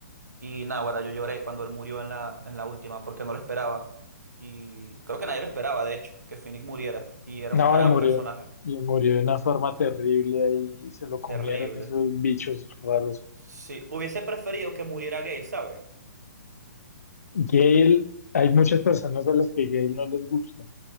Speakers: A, on the right (about 65°); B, on the left (about 60°).
A: y nada, ahora yo lloré cuando él murió en la, en la última, porque no lo esperaba. Y creo que nadie lo esperaba, de hecho, que Finnick muriera. Y era
B: No,
A: un gran
B: y murió,
A: personaje.
B: y murió de una forma terrible ahí, se lo comieron
A: Terrible.
B: esos bichos raros.
A: Sí, hubiese preferido que muriera Gale, ¿sabes?
B: Gale, hay muchas personas a las que Gale no les gusta.